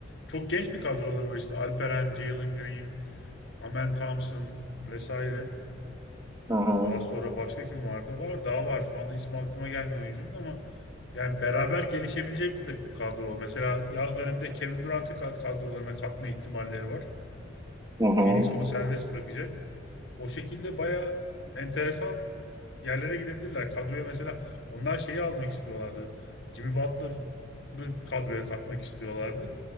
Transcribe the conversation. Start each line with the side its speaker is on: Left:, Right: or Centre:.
Left: çok genç bir kadroları var işte Alperen, Jalen Green, Amen Thompson vesaire.
Right: Hı hı.
Left: Daha sonra başka kim vardı? Var daha var. Şu anda ismi aklıma gelmiyor oyuncunun ama yani beraber gelişebilecek bir takım kadro. Mesela yaz döneminde Kevin Durant'ı kad- kadrolarına katma ihtimalleri var.
Right: Hı hı.
Left: Phoenix onu serbest bırakacak. O şekilde baya enteresan yerlere gidebilirler. Kadroya mesela onlar şeyi almak istiyorlardı. Jimmy Butler'ı kadroya katmak istiyorlardı.